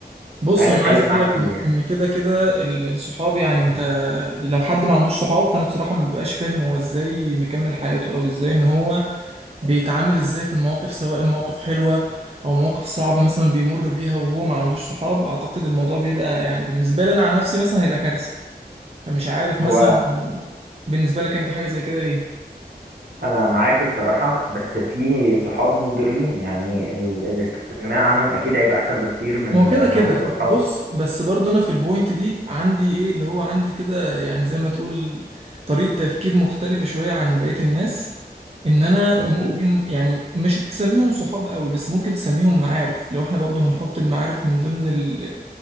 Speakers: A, on the right; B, on the right.
A: بص
B: عايز
A: انا
B: اتكلم
A: عايز اقول
B: معاك
A: لك
B: فيه
A: ان
B: يعني
A: إن كده كده ال- الصحاب يعني انت لو حد ما عندوش صحاب فانا بصراحه ما ببقاش فاهم هو ازاي مكمل حياته او ازاي ان هو بيتعامل ازاي في المواقف سواء مواقف حلوه او مواقف صعبه مثلا بيمر بيها وهو ما عندوش صحاب اعتقد الموضوع بيبقى يعني بالنسبه لي انا عن نفسي مثلا هيبقى كارثه فمش عارف مثلا
B: هو
A: بالنسبه لك انت حاجه زي كده ايه
B: انا معاك الصراحه بس في صحاب مضرين يعني ال- الاستغناء عنهم اكيد هيبقى احسن بكتير من
A: ما هو كده
B: ان
A: كده
B: هم يبقوا
A: ب-
B: اصحاب
A: بص بس برضه انا في البوينت دي عندي ايه اللي هو عندي كده يعني زي ما تقول طريقة تفكير مختلفة شوية عن بقية الناس ان انا
B: طب
A: ممكن
B: قول
A: يعني مش تسميهم صحاب قوي بس ممكن تسميهم معارف لو احنا برضه هنحط المعارف من ضمن ال...